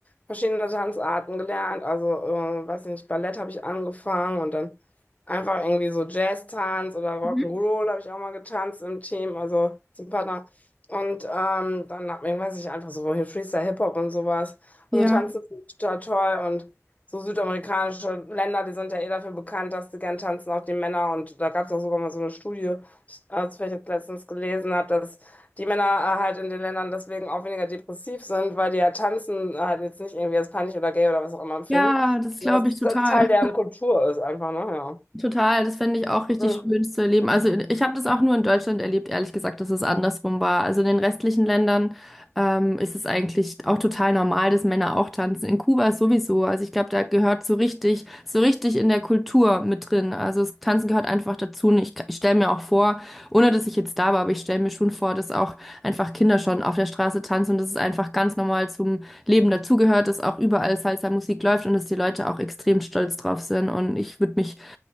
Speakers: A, on the left (about 30°); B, in the centre.
A: verschiedene Tanzarten gelernt. Also, äh, weiß nicht, Ballett habe ich angefangen und dann einfach irgendwie so Jazz-Tanz oder Rock'n'Roll
B: Mhm.
A: habe ich auch mal getanzt im Team, also zum Partner. Und ähm, dann hab ich, weiß ich, einfach so hier Freestyle-Hip-Hop und sowas. Also
B: Ja.
A: tanzen finde ich total toll und so südamerikanische Länder, die sind ja eh dafür bekannt, dass sie gern tanzen, auch die Männer. Und da gab es auch sogar mal so eine Studie, ich, äh, das ich jetzt letztens gelesen habe, dass die Männer äh, halt in den Ländern deswegen auch weniger depressiv sind, weil die ja tanzen äh, halt jetzt nicht irgendwie als peinlich oder gay oder was auch immer empfinden.
B: Ja, das
A: Das
B: glaube ich total.
A: das Teil deren Kultur ist einfach, ne? Ja.
B: Total, das fände ich auch richtig
A: Mhm.
B: schön zu erleben. Also in- ich habe das auch nur in Deutschland erlebt, ehrlich gesagt, dass es andersrum war. Also in den restlichen Ländern ähm, ist es eigentlich auch total normal, dass Männer auch tanzen. In Kuba sowieso. Also ich glaube, da gehört so richtig, so richtig in der Kultur mit drin. Also das Tanzen gehört einfach dazu. Und ich, ich stelle mir auch vor, ohne dass ich jetzt da war, aber ich stelle mir schon vor, dass auch einfach Kinder schon auf der Straße tanzen und dass es einfach ganz normal zum Leben dazugehört, dass auch überall Salsa-Musik läuft und dass die Leute auch extrem stolz drauf sind. Und ich würde mich